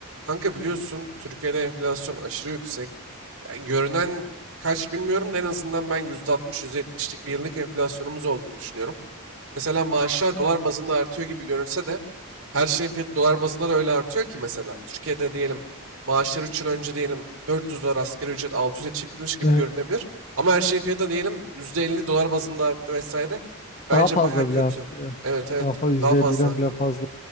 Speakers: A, on the right; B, on the left.
A: Kanka biliyorsun Türkiye'de enflasyon aşırı yüksek. Yani görünen kaç bilmiyorum da en azından ben %60-%70'lik bir yıllık enflasyonumuz olduğunu düşünüyorum. Mesela maaşlar dolar bazında artıyor gibi görünse de her şeyin fiyatı dolar bazında da öyle artıyor ki mesela. Türkiye'de diyelim maaşlar 3 yıl önce diyelim 400 dolar asgari ücret 600'e çıkmış gibi
B: Ee,
A: görünebilir. Ama her şeyin fiyatı da diyelim %50 dolar bazında arttı vesaire. Bence
B: daha fazla
A: baya kötü.
B: bile arttı ya.
A: Evet evet
B: Daha fazla yüzde
A: daha fazla.
B: elli'den bile fazla.